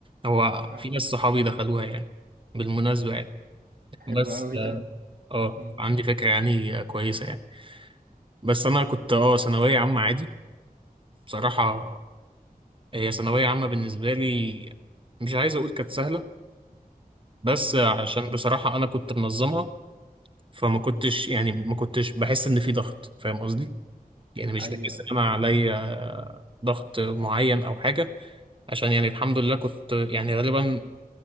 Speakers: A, on the right (about 35°); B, on the right (about 65°).
A: هو
B: آه
A: في ناس صحابي دخلوها يعني بالمناسبة يعني
B: حلو
A: بس
B: أوي ده
A: اه
B: مم.
A: عندي فكرة يعني آه، كويسة يعني بس انا كنت اه ثانوية عامة عادي بصراحة هي ثانوية عامة بالنسبة لي مش عايز أقول كانت سهلة بس عشان
B: مم.
A: بصراحة أنا كنت منظمها فما كنتش يعني ما كنتش بحس إن في ضغط فاهم قصدي؟ يعني مش
B: أيوه
A: بحس إن أنا عليا ضغط معين أو حاجة عشان يعني الحمد لله كنت يعني غالبا